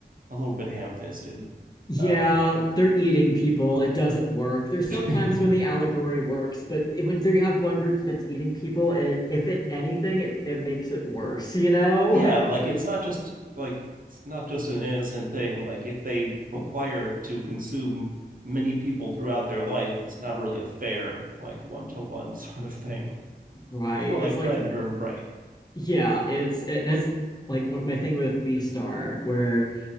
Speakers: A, on the right; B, on the left.
A: a little bit ham-fisted.
B: Yeah,
A: Um
B: they're eating people. It doesn't work. There's sometimes
A: <laughs>
B: when the allegory works, but when you have one group that's eating people, it, if it anything, it, it makes it worse, you know?
A: yeah
B: <laughs>
A: like it's not just like it's not just an innocent thing like if they require to consume many people throughout their life it's not really a fair like one-to-one <laughs> sort of thing
B: Right.
A: it's more like
B: It's
A: predator
B: like,
A: and prey
B: yeah, it's, it. that's like my thing with Beastar, where